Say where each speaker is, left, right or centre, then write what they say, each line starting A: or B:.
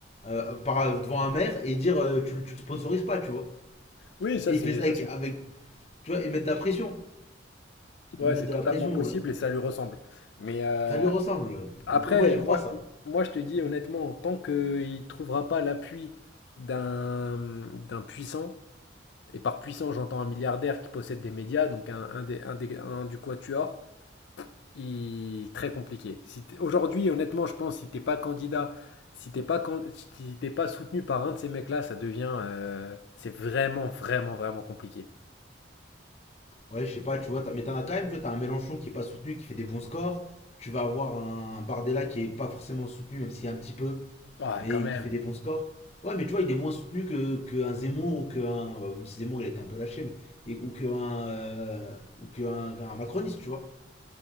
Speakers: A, on the left; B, on the left.
A: euh, par, euh, devant un maire et dire euh, tu, le- tu le sponsorises pas, tu vois.
B: Oui, ça
A: Et
B: c'est
A: il fait ça
B: ça
A: avec,
B: c'est
A: avec tu vois, il met de la pression,
B: ouais,
A: lui mettre
B: c'est
A: de
B: totalement
A: la pression,
B: possible
A: euh,
B: et ça lui ressemble. Mais, heu,
A: ça lui ressemble.
B: après,
A: Donc ouais, moi j'y crois
B: moi
A: ça.
B: moi, je te dis honnêtement, tant qu'il trouvera pas l'appui d'un, mmh, d'un puissant et par puissant, j'entends un milliardaire qui possède des médias, donc un un des un des un du quatuor il- très compliqué. Si t'es- Aujourd'hui, honnêtement, je pense, si t'es pas candidat, si t'es pas, can- si t'es pas soutenu par un de ces mecs-là, ça devient, euh, c'est vraiment, vraiment, vraiment compliqué.
A: Ouais, je sais pas, tu vois, t'as- mais t'en as quand même, tu vois, t'as un Mélenchon qui est pas soutenu, qui fait des bons scores. Tu vas avoir un Bardella qui est pas forcément soutenu, même s'il y a un petit peu.
B: Ah,
A: mais
B: quand même.
A: qui fait des bons scores. Ouais, mais tu vois, il est moins soutenu que qu'un Zemmour ou qu'un. bah, Même si Zemmour, il a été un peu lâché, mais. et- ou qu'un. euh, ou qu'un macroniste, tu vois.